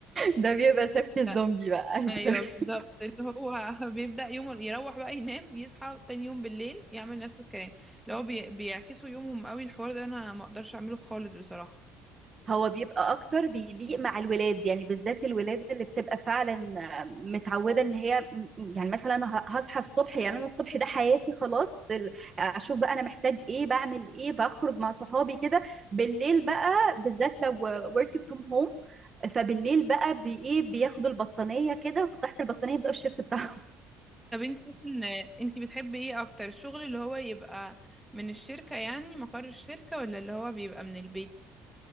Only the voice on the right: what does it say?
ده بيبقى شبكة الزومبي
بقى <laughs> عايزة
أقولك.
هو بيبقى اكتر بيليق مع الولاد يعني بالذات الولاد اللي بتبقى فعلا متعوده ان هي م- يعني مثلا أنا ه- هصحى الصبح يعني انا الصبح ده حياتي خلاص ال- اشوف بقى انا محتاج ايه بعمل ايه بخرج مع صحابي كده بالليل بقى بالذات لو work from home فبالليل بقى بايه بياخدوا البطانيه كده وتحت البطانيه يبداوا الشيفت بتاعهم.